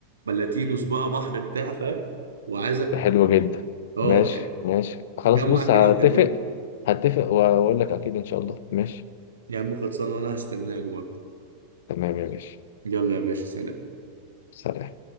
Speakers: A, on the right; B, on the left.
A: بلاتينوس بقى بحر بتاع فاهم وعايزك
B: ده حلوه جدا
A: اه
B: ماشي
A: يعني
B: ماشي خلاص
A: جمع
B: بص
A: كده
B: هتفق
A: وكلمني
B: هتفق واقول لك اكيد ان شاء الله ماشي
A: يا عم خلصانه انا هستناك برضه
B: تمام يا باشا
A: يلا يا باشا سلام
B: سلام